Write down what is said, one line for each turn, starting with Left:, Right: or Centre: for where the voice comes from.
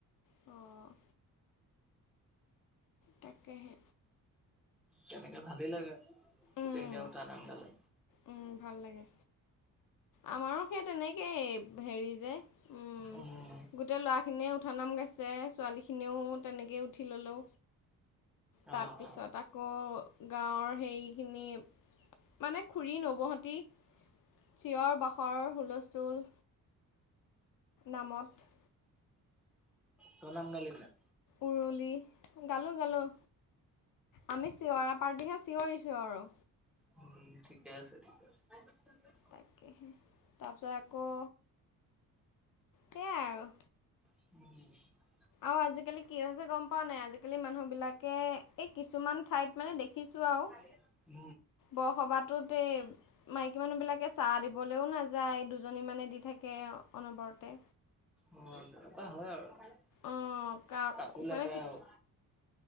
Left: অ'। তাকেহে।
Centre: তেনেকে ভালেই লাগে গোটেইখিনিয়ে
Left: উম,
Centre: উঠা নাম গালে।
Left: উম, ভাল লাগে। আমাৰো সে তেনেকেই হেৰি যে উম,
Centre: উম
Left: গোটেই লৰা খিনিয়ে উঠা নাম গাইছে ছোৱালীখিনিও তেনেকৈয়ে উঠি ল'লো তাৰপিছত
Centre: অ অ
Left: আকৌ গাঁৱৰ সেইৰিখিনি মানে খুৰী নৱহতি চিঞৰ বাখৰ হুলস্থুল নামত।
Centre: ত' নাম গালি নাই?
Left: উৰুলি, গালোঁ গালোঁ। আমি চিঞৰা পাৰ্টিহে চিঞৰিছো আৰু।
Centre: উম ঠিকে আছে, ঠিকে আ <unintelligible>
Left: তাকেহে তাৰপিছত আকৌ। সেয়াই আৰু।
Centre: <unintelligible>
Left: আৰু আজিকালি কি হৈছে গম পোৱা নাই আজিকালি মানুহবিলাকে এই কিছুমান ঠাইত মানে দেখিছোঁ আওঁ।
Centre: <unintelligible>
Left: বৰসবাটোত এই মাইকী মানুহ বিলাকে চাহ দিবলৈও নাযায় দুজনী মানে দি থাকে অনবৰতে।
Centre: অ তেনেকুৱা হয় আৰু।
Left: অ', কাক
Centre: কাপোৰ
Left: উপানে
Centre: লেতেৰা
Left: কি
Centre: হ'ব।